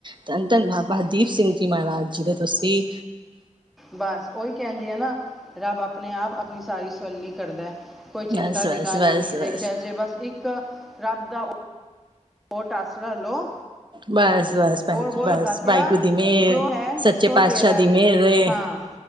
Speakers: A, on the right; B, in the centre.
A: ਧੰਨ-ਧੰਨ ਤਨ ਬਾਬਾ ਦੀਪ ਸਿੰਘ ਜੀ ਦੇ ਮਹਾਰਾਜ ਜੀ ਦੇ ਤੁਸੀਂ
B: ਬਸ ਓਹੀ ਕਹਿੰਦੀ ਆ ਨਾ, ਰੱਬ ਅਪਣੇ-ਆਪ ਆਪਣੀ ਸਾਰੀ ਸੱਵਲੀ ਕਰਦਾ। ਕੋਈ ਚਿੰਤਾ
A: ਬਸ
B: ਦੀ
A: ਬਸ
B: ਗੱਲ
A: ਬਸ
B: ਈ ਨਹੀਂ
A: ਬਸ
B: ਦੇਖਿਆ ਜੇ, ਬਸ, ਇੱਕ ਰੱਬ ਦਾ ਓਟ ਆਸਰਾ ਲਓ
A: ਬਸ, ਬਸ ਭੈਣ
B: ਹੋਰ
A: ਜੀ,
B: ਬੋਲੋ
A: ਬਸ
B: ਦਾਤਿਆ
A: ਵਾਹਿਗੁਰੂ ਦੀ ਮਿਹਰ,
B: ਜੋ
A: ਸ
B: ਹੈ
A: ਸੱਚੇ
B: ਸੋ
A: ਪਾਤਸ਼ਾਹ
B: ਤੇਰਾ ਹੈ
A: ਦੀ ਮਿਹਰ ਏ।
B: ਹਾਂ